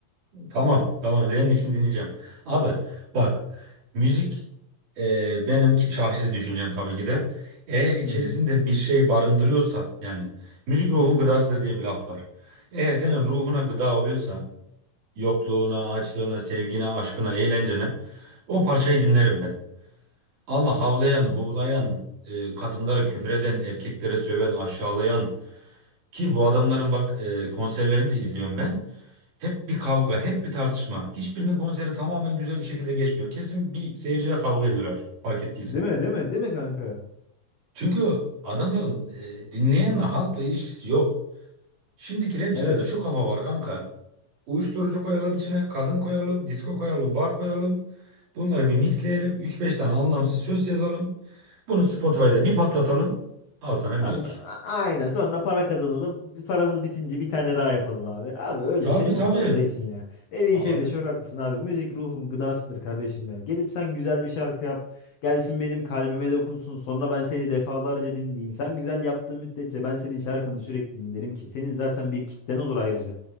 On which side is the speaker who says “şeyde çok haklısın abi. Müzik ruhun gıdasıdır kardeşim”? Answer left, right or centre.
Left